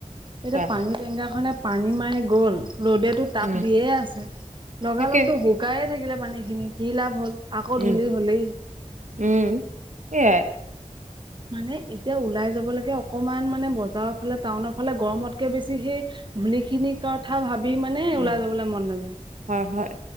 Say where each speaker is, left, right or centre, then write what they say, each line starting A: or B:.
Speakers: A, on the right (about 35°); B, on the right (about 70°).
A: এতিয়া
B: কোৱা
A: পানী টেংকাৰখনে পানী মাৰি গ'ল ৰ'দেটো তাপ
B: উম
A: দিয়ে আছে। লগালগতো
B: তাকে
A: শুকায়ে থাকিলে পানী খিনি কি লাভ হল আকৌ
B: উম
A: ধূলি হলেই।
B: উম, সেইয়াই।
A: মানে এতিয়া ওলাই যাব লাগে অকমান মানে বজাৰৰ ফালে টাউনৰ ফালে গৰমতকে বেছি সেই ধূলি খিনি কথা ভাবি মানে
B: উম
A: ওলাই যাবলৈ মন নাযায়।
B: হয় হয়